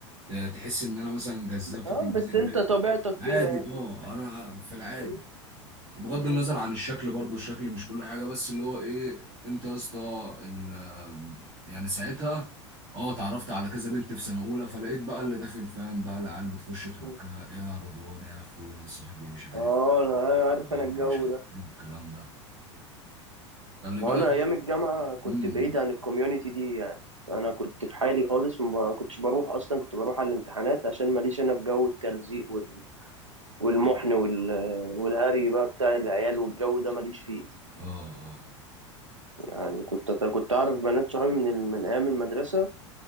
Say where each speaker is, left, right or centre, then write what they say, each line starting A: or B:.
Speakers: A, on the right (about 40°); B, on the right (about 85°).
A: ت- تحس ان انا مثلا جذاب
B: اه
A: فتنجذب
B: بس انت
A: ليا
B: طبيعتك
A: عادي
B: كده يعني
A: اه انا في العادي
B: مم.
A: بغض
B: مم.
A: النظر عن الشكل برضو الشكل مش كل حاجه بس اللي هو ايه انت يا اسطى ال- يعني ساعتها اه اتعرفت على كذا بنت في سنه اولى فلقيت بقى اللي داخل فاهم بقى العيال بتخش تحكها
B: مم.
A: إيه يا رضوان يا اخويا يا صاحبي مش عارف
B: اه انا أنا عارف
A: إيه يا
B: انا
A: عم
B: الجو
A: مش عارف
B: ده
A: ايه الكلام ده خلي
B: ما
A: بالك
B: هو انا ايام الجامعه كنت
A: امم
B: بعيد عن الكوميونتي دي يعني انا كنت في حالي خالص ما كنتش بروح اصلا كنت بروح على الامتحانات عشان ماليش انا في جو التلزيق وال... والمحن وال... والهري بقى بتاع العيال والجو ده ماليش فيه
A: اه اه
B: يعني كنت كنت اعرف بنات صحابي من ال... من ايام المدرسه